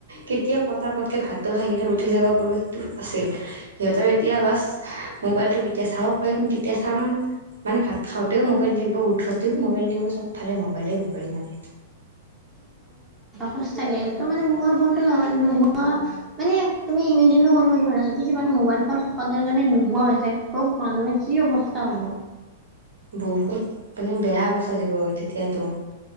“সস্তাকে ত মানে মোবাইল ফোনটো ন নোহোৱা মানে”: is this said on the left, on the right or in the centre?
Right